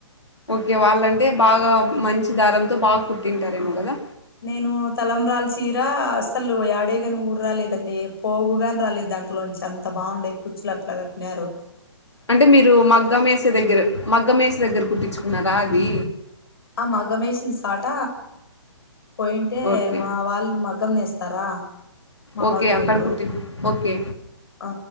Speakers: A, on the left; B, on the left.
A: ఓకే వాళ్ళంటే బాగా మంచి దారంతో బాగా కుట్టింటారేమో
B: ఆ
A: కదా
B: నేను తలంబ్రాల చీరా అసలు యాడేగాని ఊడు రాలేదండి పోగుగాని రాలేదు దాంట్లోంచి అంత బాగుండే కుచ్చులట్లా కట్టినారు
A: అంటే మీరు మగ్గ మేసే దగ్గర మగ్గ మేస దగ్గర కుట్టిచ్చుకున్నారా అది
B: ఆ మగ్గం వేసిన చోట పోయింటే
A: ఓకే
B: మా వాళ్ళు మగ్ గ్గం నేస్తారా మా
A: ఓకే
B: బంధువులు
A: అక్కడ కుట్టి ఓకే
B: ఆ